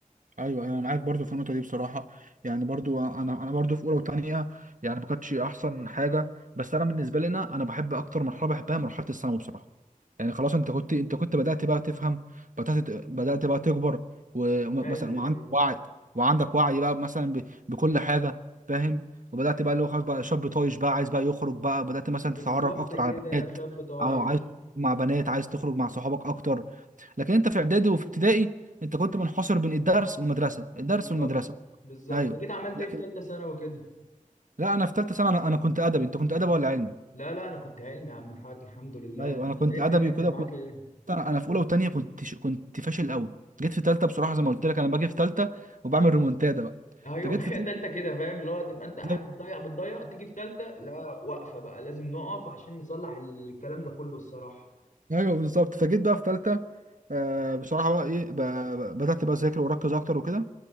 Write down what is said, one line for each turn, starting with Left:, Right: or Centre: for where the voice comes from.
Right: ايوه أيوة، انا معاك برضو في النقطه دي بصراحه يعني برضو انا انا برضو في اولى وثانيه يعني ما كانتش احسن حاجه بس انا بالنسبه لنا انا بحب اكتر مرحله بحبها مرحله الثانوي بصراحه يعني خلاص انت كنت انت كنت بدات بقى تفهم بدات بدات بقى تكبر ومثلا
Left: ايوه
Right: وعندك
Left: ايوه
Right: وعي وعندك وعي بقى مثلا ب... بكل حاجه فاهم وبدات بقى اللي هو خلاص بقى شاب طايش بقى عايز بقى يخرج بقى بدات مثلا
Left: بالظبط
Right: تتعرف اكتر
Left: كده
Right: على بنات
Left: شاب طايش
Right: او عايز مع بنات عايز تخرج مع صحابك اكتر لكن انت في اعدادي وفي ابتدائي انت كنت منحصر بين الدرس والمدرسه الدرس
Left: بالظبط
Right: والمدرسه
Left: بالظبط
Right: ايوه
Left: انت كده عملت
Right: لكن
Left: ايه في ثالثه ثانوي كده
Right: لا انا في ثالثه سنه انا, أنا كنت ادبي انت كنت ادبي ولا علمي
Left: لا لا انا كنت علمي يا عم الحاج الحمد لله
Right: ايوه
Left: انت
Right: انا كنت
Left: ايه
Right: ادبي
Left: الدنيا
Right: وكده
Left: كان معاك
Right: كنت
Left: ايه
Right: انا أنا في اولى وثانيه كنت ش... كنت فاشل قوي جيت في ثالثه بصراحه زي ما قلت لك انا باجي في ثالثه وبعمل ريمونتادا بقى
Left: ايوه
Right: فجيت
Left: ما
Right: في
Left: <laughs> هي
Right: ثالثه
Left: تالتة كده فاهم اللي هو تبقى انت قاعد
Right: <laughs>
Left: بتضيع بتضيع تيجي في تالتة لا واقفة بقى لازم نقف عشان نصلح الكلام ده كله الصراحة
Right: ايوه بالظبط فجيت بقى في ثالثه آه بصراحه بقى ايه بقى بدات بقى اذاكر واركز اكتر وكده